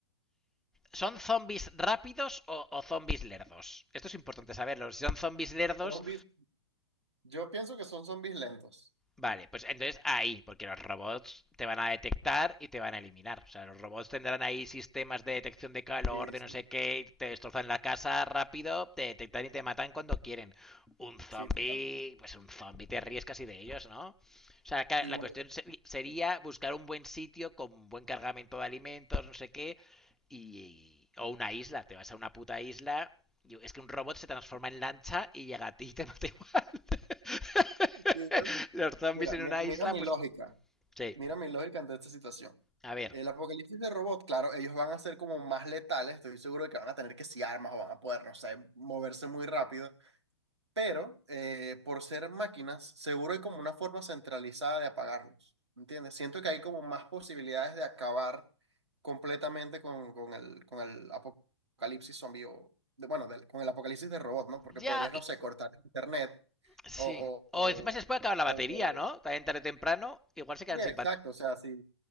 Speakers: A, in the centre; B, on the right.
A: ¿Son zombies rápidos o, o zombies lerdos? Esto es importante saberlo. Si son zombies lerdos,
B: Zombies, yo pienso que son zombies lentos.
A: Vale, pues entonces ahí, porque los robots te van a detectar y te van a eliminar. O sea, los robots tendrán ahí sistemas de detección de calor,
B: Sí,
A: de
B: sí,
A: no sé qué, y te destrozan la casa rápido, te detectan y te matan cuando quieren. Un zombie,
B: sí, totalmente.
A: pues un zombie te ríes casi de ellos, ¿no? O sea,
B: Igual,
A: la cuestión sería buscar un buen sitio con buen cargamento de alimentos, no sé qué, y, o una isla, te vas a una puta isla, y es que un robot se transforma en lancha y llega a ti y te mata igual. <laughs>
B: igual,
A: <laughs> Los zombies
B: mira,
A: en
B: mi-
A: una
B: mira
A: isla,
B: mi
A: pues
B: lógica,
A: sí.
B: mira mi lógica ante esta situación.
A: A ver,
B: El apocalipsis de robot, claro, ellos van a ser como más letales, estoy seguro de que van a tener que si armas o van a poder, no sé, moverse muy rápido, pero eh, por ser máquinas, seguro hay como una forma centralizada de apagarlos, ¿entiendes? Siento que hay como más posibilidades de acabar completamente con, con el, con el apocalipsis zombie o, de- bueno, del- con el apocalipsis de robot, ¿no? Porque
A: ya.
B: podrías, no sé, cortar el internet
A: Sí.
B: O,
A: O
B: o,
A: encima se les puede acabar la
B: o,
A: batería, ¿no?
B: o-
A: También tarde o temprano, igual se quedan
B: sí, exacto,
A: sin batería.
B: o sea, si